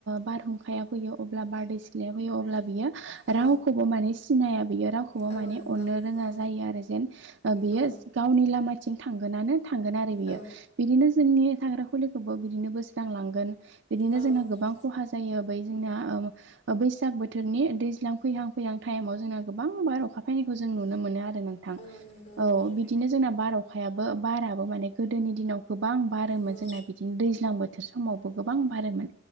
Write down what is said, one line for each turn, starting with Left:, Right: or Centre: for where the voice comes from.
Right: बारहुंखाया फैयो अब्ला बारदै सि्लाया फैयो अब्ला बियो
Left: औ
Right: रावखौबो माने सिनाया बियो रावखौबो
Left: औ
Right: माने
Left: नंगौ
Right: अननो रोङा
Left: औ
Right: जायो आरो यो
Left: औ
Right: गावनि लामाथिं थांगोनानो थांगोन आरो बियो
Left: औ
Right: बिदिनो जोंनि थाग्रा खुलिखौबो बिदिनो बोस्रांलांगोन बिदिनो
Left: औ
Right: जोंहा गोबां खहा जायो बै जोंना बैसाग बोथोरनि दैज्लां फैहां टाइ गोबां बार अखा फैनायखौ जों नुनो मोनो आरो नोंथां
Left: औ नंगौ
Right: औ
Left: नंगौ
Right: बिदिनो जोंना बार अखायाबो बाराबो माने गोदोनि दिनाव गोबां बारोमोन
Left: औ
Right: जोंना बिदिनो दै दैज्लां बोथोर समावबो गोबां बारोमोन